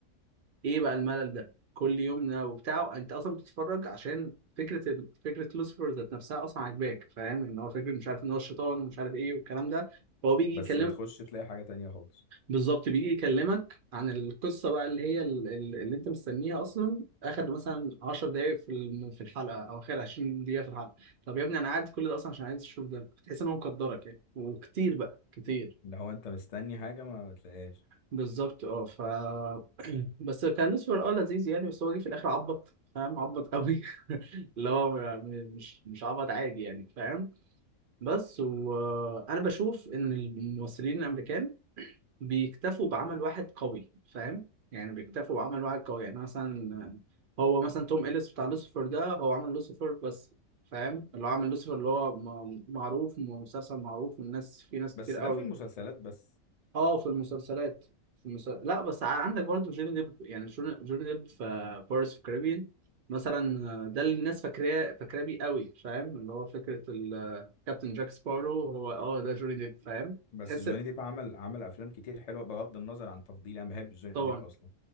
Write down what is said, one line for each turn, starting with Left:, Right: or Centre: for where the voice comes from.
Right: ايه بقى الملل ده كل يوم وبتاعه انت اصلا بتتفرج عشان فكره ال... فكره لوسيفر ذات نفسها اصلا عاجباك فاهم ان هو فكره مش عارف ان هو الشيطان ومش عارف ايه والكلام ده فهو بيجي
Left: بس
Right: يكلمك
Left: بتخش تلاقي حاجة تانية خالص
Right: بالظبط بيجي يكلمك عن القصه بقى اللي هي ال- ال- اللي انت مستنيها اصلا اخر مثلا 10 دقائق في الم- في الحلقه او اخر 20 دقيقه في الحلقه طب يا ابني انا قاعد كل ده اصلا عشان عايز اشوف ده بتحس ان هو مقدرك يعني وكتير بقى كتير
Left: اللي هو انت مستني حاجة ما بتلاقيهاش
Right: بالظبط اه ف <clears throat> بس كان لوسيفر اه لذيذ يعني بس هو جه في الاخر عبط فاهم عبط قوي <laughs> اللي هو م- مش مش عبط عادي يعني فاهم بس وانا بشوف ان الممثلين الامريكان بيكتفوا بعمل واحد قوي فاهم يعني بيكتفوا بعمل واحد قوي يعني مثلا هو مثلا توم إليس بتاع لوسيفر ده هو عمل لوسيفر بس فاهم اللي هو عمل لوسيفر اللي هو م- معروف مسلسل معروف والناس في ناس
Left: بس
Right: كتير قوي
Left: ده في المسلسلات بس
Right: اه في المسلسلات في المسل... لا بس ع- عندك برضه جوني ديب يعني جون- جوني ديب في بارس في كاريبيان مثلا آه، ده اللي الناس فاكراه فاكراه بيه قوي فاهم اللي هو فكره ال- كابتن جاك سبارو هو اه ده جوني ديب فاهم
Left: بس
Right: تحس
Left: جوني ديب عمل عمل افلام كتير حلوة بغض النظر عن تفضيلي انا ما بحبش جوني
Right: طبعا
Left: ديب اصلا